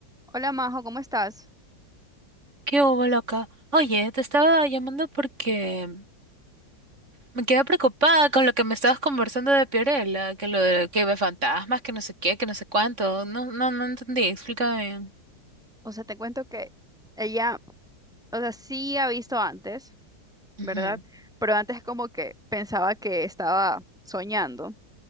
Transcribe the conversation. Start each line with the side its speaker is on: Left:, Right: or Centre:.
Centre: Hola Majo, ¿cómo estás?
Right: ¿Qué hubo, loca? Oye, te estaba llamando porque me quedé preocupada con lo que me estabas conversando de Piorella, que lo de que ve fantasmas, que no sé qué, que no sé cuánto. No, no, no entendí, explícame bien.
Centre: O sea, te cuento que ella, o sea, sí ha visto antes,
Right: Ujú,
Centre: ¿verdad? Pero antes como que pensaba que estaba soñando